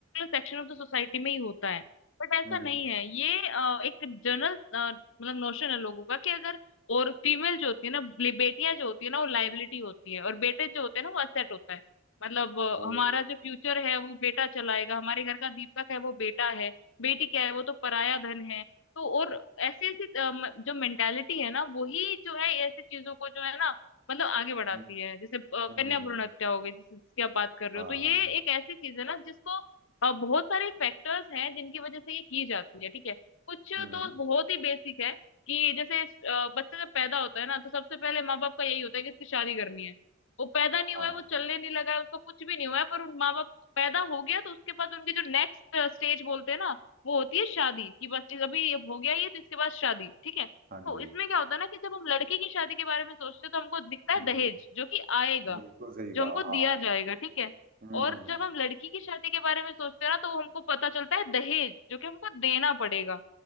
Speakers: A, on the left; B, on the right.
A: सेक्शन ऑफ द सोसाइटी में ही होता है बट ऐसा
B: हम्म
A: नहीं है ये अ, एक जनरल मतलब नोशन है लोगों का कि अगर और फीमेल जो होती है ना बे- बेटियां जो होती है ना वो लाइबिलिटी होती है और बेटे जो होते हैं ना वो असेट होता है मतलब अ,
B: ओ
A: हमारा जो फ्यूचर है वो बेटा चलाएगा हमारे घर का दीपक है वो बेटा है बेटी क्या है वो तो पराया धन है तो और ऐसी ऐसी अ, म- जो मेंटालिटी है ना वही जो है ऐसी चीजों को जो है ना मतलब आगे बढ़ाती
B: हम्म
A: है जैसे अ,
B: हम्म।
A: कन्या भ्रूण हत्या हो गई जिस- जिसकी आप बात कर रहे
B: हाँ
A: हो तो ये
B: हाँ हाँ
A: एक ऐसी चीज है ना जिसको अ, बहुत सारे फैक्टर्स हैं जिनकी वजह से ये की जाती है ठीक है कुछ
B: हम्म
A: तो बहुत ही बेसिक है कि जैसे अ, बच्चा जब पैदा होता है ना तो सबसे पहले माँ बाप का यही होता है कि इसकी शादी करनी है वो पैदा नहीं
B: हाँ
A: हुआ है वो चलने नहीं लगा है उसको कुछ भी नहीं हुआ है पर उन माँ बाप पैदा हो गया तो उसके बाद उनकी जो नेक्स्ट स्टेज बोलते हैं ना वो होती है शादी कि बस अभी ये हो गया ये तो इसके बाद शादी ठीक है
B: हाँ
A: तो
B: जी
A: इसमें क्या होता है ना कि जब हम लड़के की शादी के बारे में सोचते हैं तो हमको दिखता है
B: हम्म
A: दहेज जो कि आएगा
B: बिल्कुल सही
A: जो
B: कहा
A: हमको दिया
B: हाँ
A: जाएगा ठीक है
B: हम्म
A: और जब हम लड़की की शादी के बारे में सोचते हैं ना तो वो हमको पता चलता है दहेज जो कि हमको देना पड़ेगा